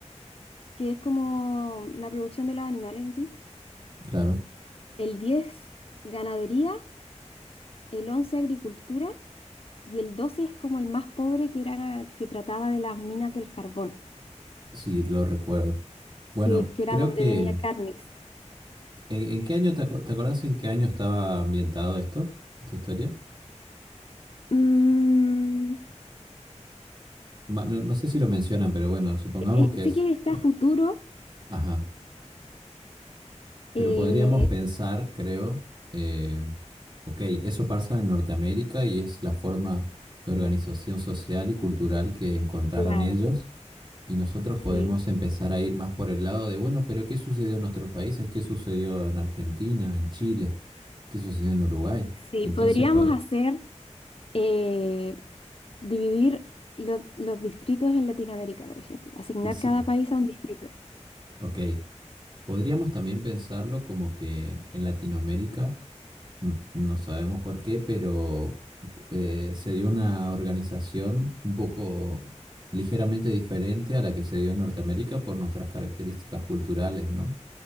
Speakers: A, on the left; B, on the right.
A: que es como la producción de los animales en sí.
B: claro,
A: El 10 ganadería. El 11 agricultura. Y el 12 es como el más pobre que era que trataba de las minas del carbón,
B: sí, lo recuerdo. Bueno,
A: sí, que era
B: creo
A: donde
B: que...
A: venía carnes.
B: ¿En, en qué año te, acu- te acordás en qué año estaba ambientado esto, esta historia?
A: Mm,
B: Ma- no, no sé si lo mencionan, pero bueno, supongamos
A: Eh,
B: que
A: sí
B: es...
A: que está
B: eh,
A: futuro,
B: ajá, pero
A: eh,
B: podríamos pensar, creo, eh, ok, eso pasa en Norteamérica y es la forma de organización social y cultural que encontraron
A: claro,
B: ellos Y nosotros podemos
A: sí,
B: empezar a ir más por el lado de, bueno, pero ¿qué sucedió en nuestros países? ¿Qué sucedió en Argentina, en Chile? ¿Qué sucedió en Uruguay?
A: sí.
B: Entonces,
A: Podríamos
B: po-
A: hacer eh, dividir lo- los distritos en Latinoamérica, por ejemplo, asignar
B: sí,
A: cada país a un distrito.
B: ok. Podríamos también pensarlo como que en Latinoamérica, n- no sabemos por qué, pero eh, se dio una organización un poco ligeramente diferente a la que se dio en Norteamérica por nuestras características culturales, ¿no?